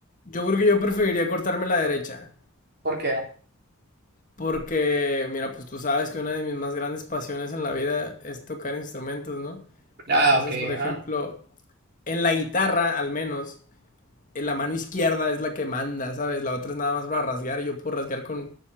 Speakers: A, on the left; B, on the right.
A: yo creo que yo preferiría cortarme la derecha.
B: ¿Por qué?
A: Porque, mira, pues tú sabes que una de mis más grandes pasiones en la vida es tocar instrumentos, ¿no?
B: Ah,
A: Entonces,
B: ok,
A: por
B: ajá.
A: ejemplo, en la guitarra, al menos, en la mano izquierda es la que manda, ¿sabes? La otra es nada más para rasguear y yo puedo rasguear con,